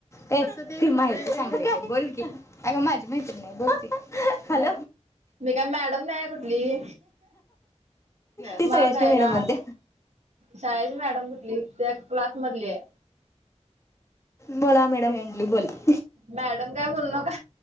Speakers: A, on the left; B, on the right.
A: ए ती माहिती सांग का बोल क अग माझी मैत्री नाही बोलते हॅल
B: मी काय मॅडम नाही कुठली
A: ती
B: मला
A: सगळ्याशनी
B: द्यायला
A: मॅडम म्हणते
B: शाळेची मॅडम म्हटली त्या क्लास मधली आहे
A: बोला मॅडमंडली बोलत
B: मॅडम काय बोलू नका